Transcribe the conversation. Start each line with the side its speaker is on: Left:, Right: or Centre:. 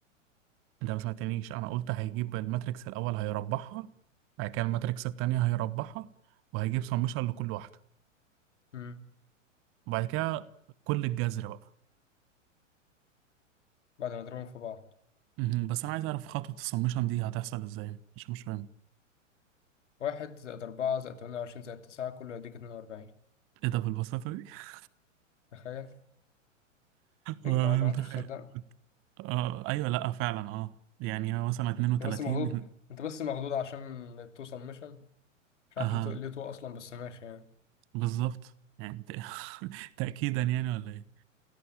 Right: انت ما سمعتنيش انا قلت هيجيب الماتريكس الاول هيربعها بعد كده الماتريكس التانية هيربعها وهيجيب سمشن لكل واحدة
Left: امم
Right: وبعد كده كل الجذر بقى
Left: بعد ما نضربهم في بعض
Right: مهم. بس انا عايز اعرف خطوة السمشن دي هتحصل ازاي مش مش فاهم
Left: واحد زائد أربعة زائد تمانية وعشرين زائد تسعة كله يديك اتنين وأربعين
Right: ايه ده بالبساطة دي <laughs>
Left: تخيل اجمع
Right: وأنا
Left: لو
Right: متخيل
Left: أنت مش مصدقني
Right: اه ايوه لا فعلا اه يعني هو مثلا 32
Left: أنت بس مخضوض أنت بس مخضوض عشان تو سمشن مش
Right: اه
Left: عارف ليه تو ليه تو أصلا بس ماشي يعني
Right: بالظبط يعني ت- <laughs> تأكيدا يعني ولا ايه